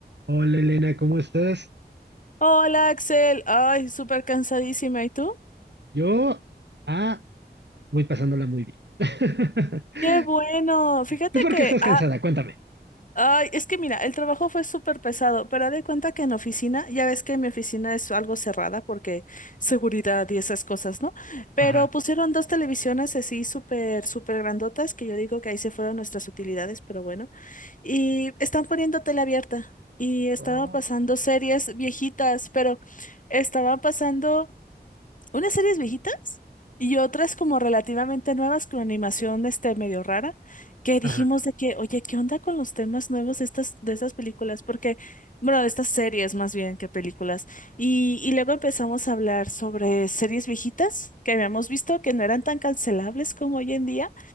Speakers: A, on the right; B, on the left.
A: Hola Elena, ¿cómo estás?
B: Hola Axel, ay, súper cansadísima. ¿Y tú?
A: Yo, ah, voy pasándola muy bien. <laughs>
B: Qué bueno. Fíjate
A: ¿Tú por
B: que,
A: qué estás
B: ah,
A: cansada? Cuéntame.
B: ay, es que mira, el trabajo fue súper pesado, pero haz de cuenta que en oficina, ya ves que mi oficina es algo cerrada porque seguridad y esas cosas, ¿no? Pero
A: Ajá.
B: pusieron dos televisiones así súper, súper grandotas, que yo digo que ahí se fueron nuestras utilidades, pero bueno. Y están poniendo tele abierta y estaba
A: Oh,
B: pasando series viejitas, pero estaba pasando. unas series viejitas y otras como relativamente nuevas con animación este medio rara, que dijimos
A: ajá.
B: de que, oye, ¿qué onda con los temas nuevos de estas, de estas películas? Porque, bueno, de estas series más bien que películas. Y, y luego empezamos a hablar sobre series viejitas que habíamos visto que no eran tan cancelables como hoy en día.